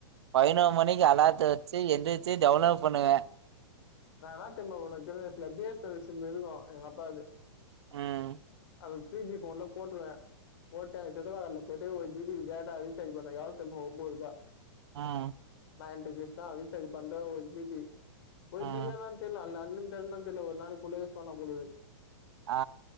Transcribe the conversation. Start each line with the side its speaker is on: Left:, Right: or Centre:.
Right: பதினோரு மணிக் அலாத்த வச்சு எந்திரிச்சி டவுன்லோட் பண்ணுவே
Left: நானாத்தமா பண்ணுவே சின்ன வயசுல பிஸ்னல் சிம் இருக்கு எங்க அப்பாது
Right: ம்
Left: அது த்ரீ ஜி போன்ல போட்ருவ போட்ட எங்க சித்தப்பா கடைல போய்ட்டு ஒரு ஜிபி டேட்டா ரீசார்ஜ் பண்ணய எவ்ளவு தெரிமா ஒம்பது ரூபா
Right: ம்
Left: நயன் ருபீஸ் தா ரீச்சார்ஜ் பண்ற ஒரு ஜிபி ஒரு
Right: ம்.
Left: ஜிபியானானு தெரியல அன்லிமிட் த தெரியல ஒரு நாளைக்கு ஃபுல்லா யூஸ் பண்ணல பொழுது
Right: ஆ